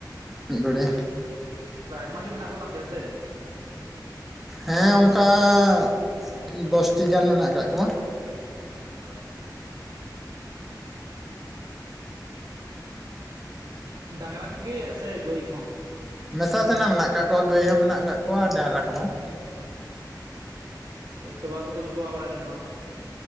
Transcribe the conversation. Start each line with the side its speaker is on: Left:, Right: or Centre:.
Centre: ᱢᱤᱫ ᱰᱚᱲᱮ,
Right: ᱵᱟ ᱟᱭᱢᱟ ᱜᱮ ᱢᱮᱱᱟᱜ ᱠᱚ ᱛᱟᱯᱮᱭᱟ ᱥᱮ?
Centre: ᱦᱮᱸ ᱚᱸᱠᱟᱸᱻᱜ ᱫᱚᱥ ᱴᱤ ᱜᱟᱱ ᱢᱮᱱᱟᱜ ᱟᱠᱟᱜ ᱠᱚᱣᱟ᱾
Right: ᱚᱦ, ᱰᱟᱺᱜᱽᱨᱟ ᱠᱚᱜᱮᱜ ᱥᱮ ᱜᱟᱹᱭ ᱠᱚᱦᱚᱸ?
Centre: ᱢᱮᱥᱟ ᱥᱟᱱᱟ ᱢᱮᱱᱟᱜ ᱟᱠᱟᱜ ᱠᱚᱣᱟ, ᱜᱟᱹᱭ ᱦᱚᱸ ᱢᱮᱱᱟᱜ ᱟᱠᱟᱜ ᱠᱚᱣᱟ ᱰᱟᱺᱜᱽᱨᱟ ᱠᱚᱦᱚᱸ᱾
Right: ᱚ ᱛᱚᱣᱟ ᱠᱚᱫᱚ ᱠᱚ ᱛᱚᱣᱟ ᱵᱟᱲᱟ ᱭᱮᱫᱟ ᱥᱮ ᱵᱟᱝ?